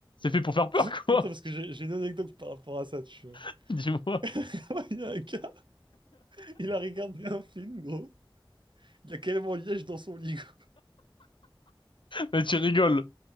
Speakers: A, on the left (about 65°); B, on the right (about 65°).
A: fait pour faire peur,
B: <laughs> attends,
A: quoi.
B: parce que j'ai j'ai une anecdote par rapport à ça, tu vois.
A: <laughs> Dis-moi.
B: <laughs> Il y a un gars, il a regardé un film, gros. Il a carrément liège dans son lit, gros.
A: Mais tu rigoles.